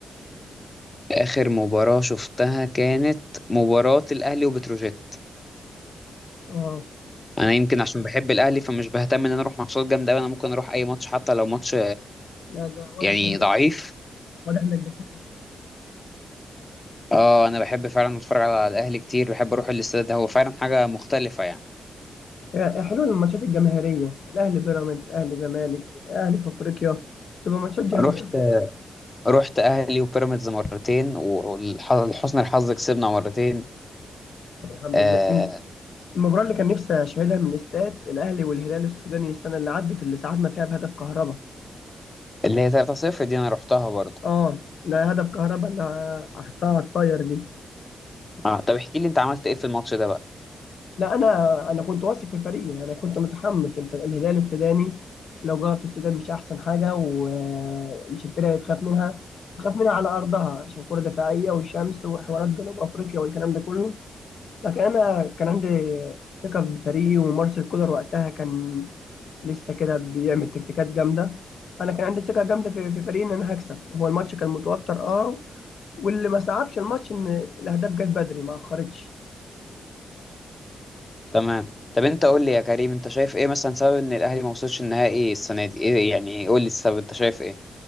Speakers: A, on the left; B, on the left.
A: اخر مباراه شفتها كانت مباراه الاهلي وبتروجيت
B: اه
A: انا يمكن عشان بحب الاهلي فمش بهتم ان انا اروح ماتشات جامده أوي، انا ممكن اروح اي ماتش حتى لو ماتش
B: لا ده واضح
A: يعني
B: انك
A: ضعيف
B: بت- واضح انك بتحب فعلا
A: اه انا بحب فعلا اتفرج على الاهلي كتير بحب اروح الاستاد ده هو فعلا حاجه مختلفه يعني
B: يعني حلو الماتشات الجماهيرية الأهلي بيراميدز أهلي زمالك أهلي في أفريقيا تبقى ماتشات جم...
A: رحت رحت اهلي وبيراميدز مرتين ولحسن الحظ كسبنا مرتين
B: طب الحمد
A: آه
B: لله الم- المباراة اللي كان نفسي أشاهدها من الاستاد الأهلي والهلال السوداني السنة اللي عدت اللي ساعدنا فيها بهدف كهربا
A: اللي هي 3-0 دي انا رحتها برضو
B: اه لا هدف كهربا اللي حطها على الطاير دي
A: اه طب احكي لي انت عملت ايه في الماتش ده بقى
B: لا انا انا كنت واثق في فريقي انا كنت متحمس الف- الهلال السوداني لو جه في السودان مش احسن حاجه ومش الفرقه اللي تخاف منها تخاف منها على ارضها عشان كره دفاعيه والشمس وحوارات جنوب افريقيا والكلام ده كله لكن انا كان عندي ثقه بفريقي ومارسيل كولر وقتها كان لسه كده بيعمل تكتيكات جامده انا كان عندي ثقه جامده في في فريقي ان انا هكسب هو الماتش كان متوتر اه واللي ما صعبش الماتش ان الاهداف جت بدري ما اخرتش
A: تمام طب انت قول لي يا كريم انت شايف ايه مثلا سبب ان الاهلي ما وصلش النهائي السنه دي ايه يعني قول لي السبب انت شايف ايه